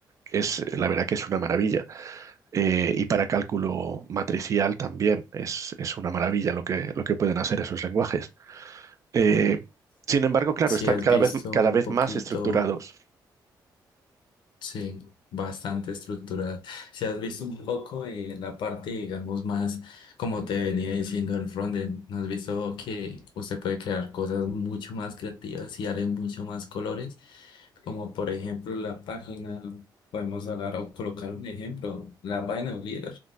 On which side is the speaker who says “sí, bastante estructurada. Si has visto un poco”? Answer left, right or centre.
Left